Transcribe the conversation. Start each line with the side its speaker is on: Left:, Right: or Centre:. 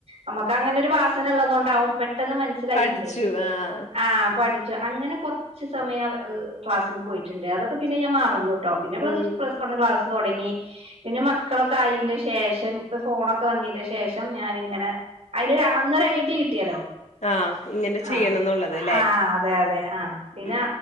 Right: നമുക്കങ്ങനൊരു വാസന ഉള്ളതോണ്ടാവും പെ ട്ടെന്ന് മനസ്സിലായിട്ടുണ്ടേ.
Left: പഠിച്ചു ആഹ്
Right: ആ പഠി ച്ച് അങ്ങനെ കൊർച്ച് സമയം ആ ക്ലാസിന് പോയിട്ടുണ്ട് അതൊക്കെ പിന്നെ ഞാൻ മറന്നു. ട്ടോ പിന്നെ പ്ലസ്
Left: ഉം
Right: പ്ലസ്വൺ ക്ലാസ് തുടങ്ങി പിന്നെ മക്കളൊക്കെ ആയിന്റെ ശേഷം ഇപ്പൊ ഫോണൊക്കെ വന്നീന്റെ ശേഷം നാനി ഇങ്ങനെ അതിനൊരു അ <unintelligible> ന്നര ഐഡിയ കിട്ടിയാലോ
Left: ആഹ് ഇങ്ങനെ
Right: ആ
Left: ചെയ്യണംന്നുള്ളത് ല്ലേ
Right: ആഹ അതെ അതെ ആഹ് പിന്നെ
Left: ഉം